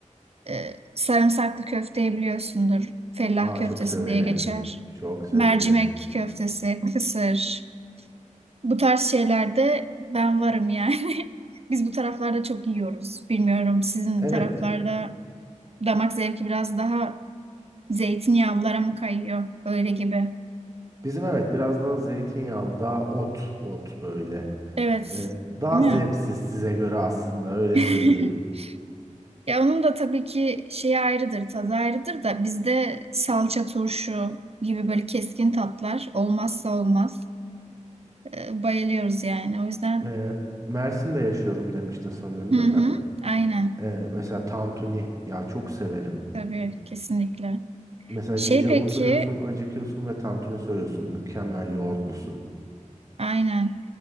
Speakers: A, on the right; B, on the right.
A: Ee, sarımsaklı köfteyi biliyorsundur. Fellah
B: Aa
A: köftesi
B: çok severim.
A: diye geçer.
B: Çok severim.
A: Mercimek köftesi, kısır. Bu tarz şeylerde ben varım yani. <laughs> Biz bu taraflarda çok yiyoruz. Bilmiyorum sizin
B: Evet.
A: taraflarda damak zevki biraz daha Zeytinyağlılara mı kayıyor? Öyle gibi.
B: Bizim evet biraz daha zeytinyağlı daha ot ot böyle.
A: Evet.
B: Ee, daha
A: Değil
B: zevksiz
A: mi?
B: size göre aslında öyle
A: <laughs>
B: söyleyeyim.
A: Ya onun da tabii ki şeyi ayrıdır, tadı ayrıdır da bizde salça, turşu gibi böyle keskin tatlar olmazsa olmaz. Ee, bayılıyoruz yani. O yüzden
B: Ee, Mersin'de yaşıyorum demiştin sanırım
A: hı
B: değil
A: hı,
B: mi?
A: aynen.
B: Ee, mesela tantuni ya çok severim.
A: Tabii kesinlikle.
B: Mesela
A: Şey
B: gece
A: peki,
B: oturuyorsun acıkıyorsun ve tantuni söylüyorsun mükemmel yoğurtlusu.
A: aynen.